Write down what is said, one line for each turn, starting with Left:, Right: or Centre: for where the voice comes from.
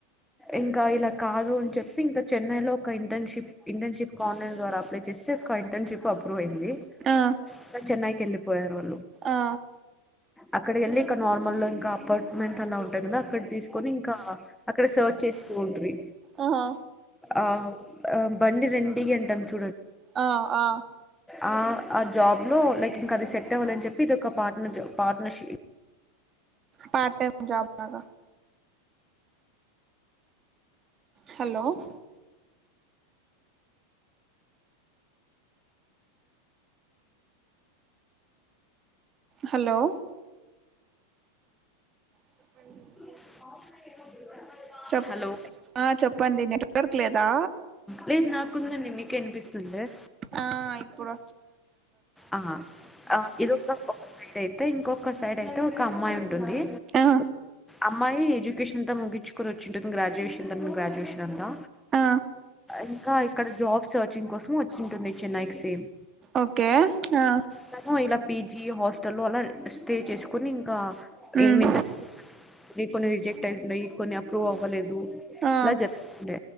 Centre: ఇంకా ఇలా కాదు అని చెప్పి ఇంకా చెన్నై లో ఒక ఇంటర్న్షిప్ ఇంటర్న్షిప్ ఆన్లైన్ <unintelligible> ద్వారా అప్లై చేస్తే ఇంటర్న్షిప్ అప్రూవ్ అయింది <unintelligible>
Right: ఆ
Centre: చెన్నైకి వెళ్ళిపోయా
Right: ఆ
Centre: అక్కడి వెళ్ళి ఇ నార్మల్ ఇంకా అపార్ట్మెంట్ అలా ఉంటాను గా అక్కడ తీసుకొని ఇంకా అక్కడ సర్వ్ చేస్తూ ఉండ్రీ
Right: ఆహా
Centre: ఆ ఆ బండి రెం ఇయ్యడ <unintelligible>
Right: ఆ ఆ
Centre: ఆ ఆ జాబ్లో లైక్ ఇంకా అది సెట్ అవ్వధని చెప్పి ఇదోక partner job partnership
Right: part time job లాగ హలో <inaudible> హలో <unintelligible>
Centre: <unintelligible>
Right: చెప్
Centre: <inaudible> హలో
Right: ఆ చెప్పండి నెట్వర్క్ లేదా
Centre: లేదు నాకు న న మీకునిపిస్తుంది <unintelligible>
Right: ఆ ఇప్పుడో
Centre: ఆ ఆ ఇదొక ఒకక్క సైడ్ అయితే ఇంకొక సైడ్ అయితే ఒక అమ్మాయి ఉంట <unintelligible> ఉంటుంది
Right: ఆ
Centre: అమ్మాయి <unintelligible> తం గిచ్చుకొని <unintelligible> గ్రాడ్యూయేషన్ గ్రాడ్యుయేషన్ అంతా
Right: ఆ
Centre: ఇంకా ఇక్కడ జాబ్స్ సర్చింగ్ కోసం వచ్చింటుంది చెన్నైకి సేమ్
Right: ఓకే ఆ
Centre: తను ఇలా పీజీ హాస్టల్ లో అలా స్టే చేసుకుని ఇంకా
Right: ఉమ్
Centre: ఏమింటె నీ కొన్ని రిజెక్ట్ అయినాయి కొన్ని అప్రూవ్ అవ్వలేదు హ్మ్
Right: ఆ
Centre: అలా చెప్తే